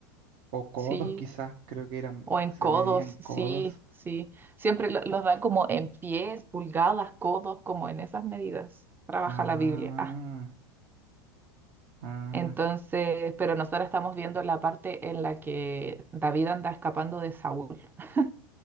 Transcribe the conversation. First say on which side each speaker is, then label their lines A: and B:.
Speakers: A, on the right; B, on the right.
A: O codos
B: Sí,
A: quizás, creo que eran,
B: o en
A: se
B: codos,
A: medían
B: sí,
A: codos.
B: sí. Siempre lo- los dan como en pies, pulgadas, codos, como en esas medidas. Trabaja
A: Ah,
B: la Biblia. Ah,
A: ah.
B: Entonces, pero nosotros estamos viendo la parte en la que David anda escapando de Saúl, <laughs>